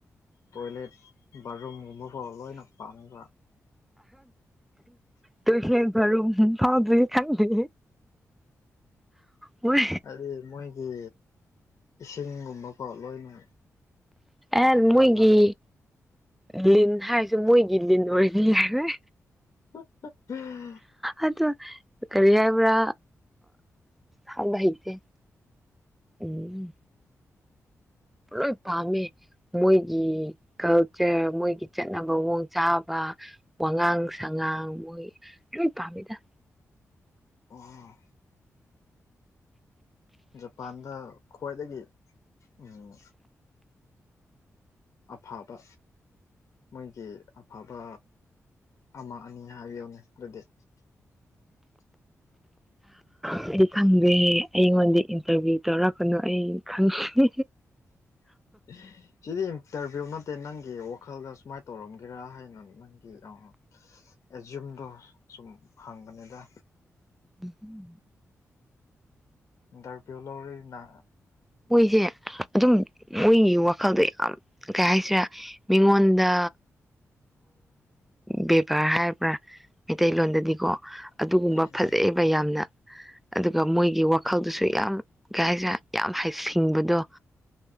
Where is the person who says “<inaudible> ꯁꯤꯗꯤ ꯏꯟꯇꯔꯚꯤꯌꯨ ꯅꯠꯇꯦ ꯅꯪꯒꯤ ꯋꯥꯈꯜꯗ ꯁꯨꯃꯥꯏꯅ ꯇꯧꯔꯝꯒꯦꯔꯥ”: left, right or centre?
Left